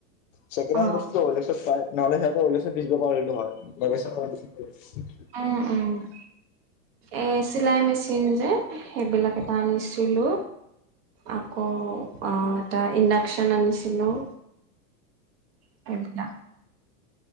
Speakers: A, on the left; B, on the right.
A: চছেকেডেণ্ড
B: অ
A: বস্তুটো উললেখছত পায়। নহ'লে সিহঁতৰিলেচন বিজিবজা এৰি লো হয়।
B: অ', অ', এই চিলাই মেচিন যে সেইবিলাক এটা আনিছিলো। আকৌ এটা ইণ্ডাক্যন আনিছিলোঁ। সবিলাক।